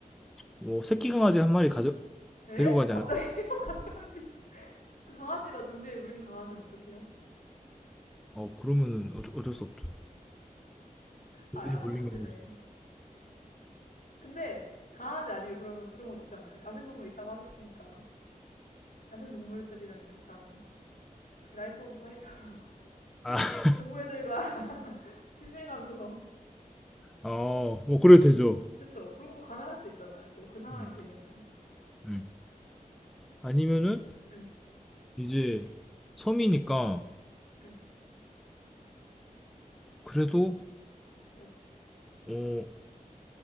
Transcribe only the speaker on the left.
에?
갑자기요?
<laughs> 강아지. 그 강아지가 좀비에 물린 강아지면 어떡해요?
아, 야박하시네.
근데 강아지 아니고 그러면 그런 거 있잖아요. 야생동물 있다고 하셨으니까 야생동물들이랑 약간 그 라이프 오브 파이처럼
<laughs> 동물들과 <laughs> 친밀감 조성.
그쵸. 그런 거 가능할 수 있잖아요. 또 그 상황이
되면은.
응,
응,
응.